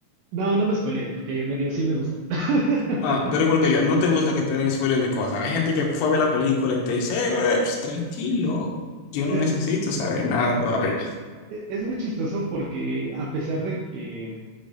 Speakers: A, on the right; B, on the left.
A: no, no me spoilees porque medio sí me gusta. <laughs>
B: Ah, tú eres que yo, no te gusta que te den spoilers de cosas. Hay gente que fue a ver la película y te dice, "Eh, eh, ps, tranquilo, yo no
A: Te,
B: necesito saber nada todavía.
A: E- Es muy chistoso porque a pesar de que